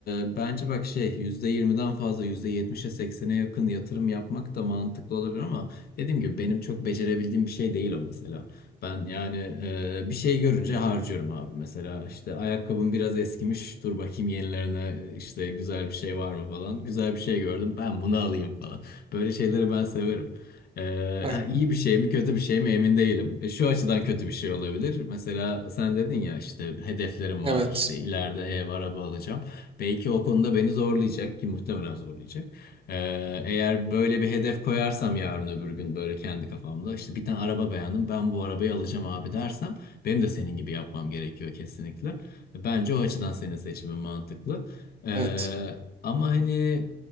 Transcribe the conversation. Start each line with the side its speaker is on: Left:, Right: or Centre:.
Left: e, bence bak şey yüzde yirmiden fazla %70'e seksen'e yakın yatırım yapmak da mantıklı olabilir ama dediğim gibi benim çok becerebildiğim bir şey değil o mesela. Ben yani e, bir şey görünce harcıyorum abi. Mesela işte ayakkabım biraz eskimiş. Dur bakayım yenilerine e, işte güzel bir şey var mı falan. Güzel bir şey gördüm. Ben bunu alayım falan. Böyle şeyleri ben severim. E,
Right: Aynen.
Left: ha, iyi bir şey mi kötü bir şey mi emin değilim. E, şu açıdan kötü bir şey olabilir. Mesela sen dedin ya işte hedeflerim
Right: Evet.
Left: var. İşte ileride ev, araba alacağım. Belki o konuda beni zorlayacak ki muhtemelen zorlayacak. Ee, eğer böyle bir hedef koyarsam yarın öbür gün böyle kendi kafamda işte bir tane araba beğendim ben bu arabayı alacağım abi dersem benim de senin gibi yapmam gerekiyor kesinlikle. Bence o açıdan senin seçimin mantıklı. Ee,
Right: Evet.
Left: ama hani